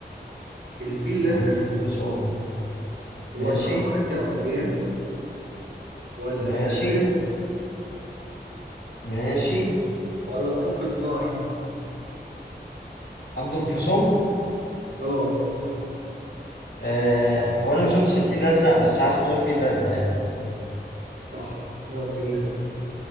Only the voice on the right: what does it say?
الفيل الازرق
ولا
عمارة يعقوبيان ولا
ولاد رزق
ولا مطب صناعي
اه
صح هو الفيل الأزرق